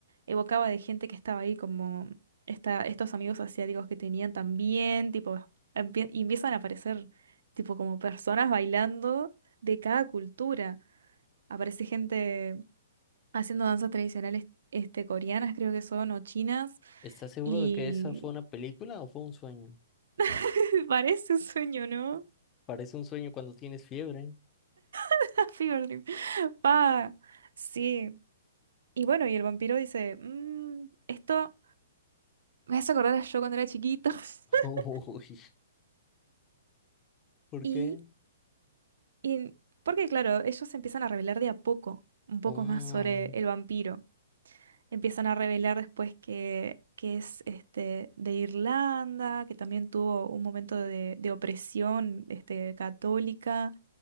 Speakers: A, on the right; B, on the left.
A: evocaba de gente que estaba ahí, como esta, estos amigos asiáticos que tenían también, tipo, empie- y empiezan a aparecer, tipo, como personas bailando de cada cultura. Aparece gente haciendo danzas tradicionales, este, coreanas, creo que son, o chinas,
B: ¿Estás seguro
A: y
B: de que esa fue una película o fue un sueño?
A: <laughs> parece un sueño, ¿no?
B: Parece un sueño cuando tienes fiebre.
A: <laughs> Fever dream. Pa, sí. Y bueno, y el vampiro dice, "Mm, esto me hace acordar a yo cuando era chiquito. <laughs>
B: <laughs> Uy, ¿por
A: Y
B: qué?
A: Y porque, claro, ellos empiezan a revelar de a poco, un poco
B: Oh,
A: más sobre el vampiro. Empiezan a revelar después que, que es este, de Irlanda, que también tuvo un momento de, de opresión este, católica.